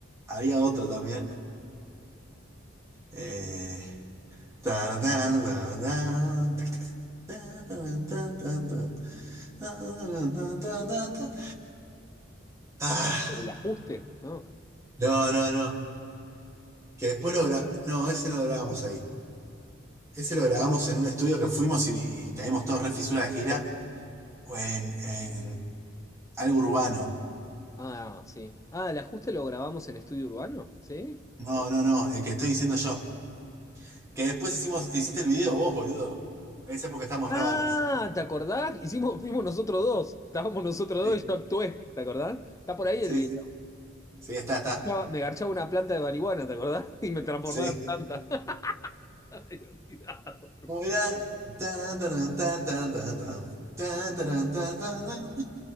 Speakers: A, on the right; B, on the left.
A: había otro también. Eh, Tan, tan, tan, tan, tic, tic, tan, tan, tan, tan, tan, tan, tan, tan, tan, tan. Ah,
B: El ajuste, ¿no?
A: no, no, no. Que después lo grabamos. No, ese no lo grabamos ahí. Ese lo grabamos en un estudio que fuimos y, y caímos todos re fisura de gira. O en, en algo urbano.
B: Ah, sí. Ah, el ajuste lo grabamos en estudio urbano, ¿sí?
A: No, no, no. El que estoy diciendo yo. Que después hicimos, hiciste el video vos, boludo. En esa época estamos
B: Ah,
A: re vagos.
B: ¿te acordás? Hicimos, fuimos nosotros dos. Estábamos nosotros
A: Sí,
B: dos y yo actué, ¿te acordás? Está por ahí
A: sí,
B: el video.
A: sí. Sí, está, está.
B: Ya Me garchaba una planta de marihuana, ¿te acordás? <laughs> Y me transformaba
A: Sí.
B: en planta. <laughs> Ay, olvidado.
A: ¿Cómo era? Tan, taran, tan, tan, tan, tan, tan, taran, tan, tan, tan.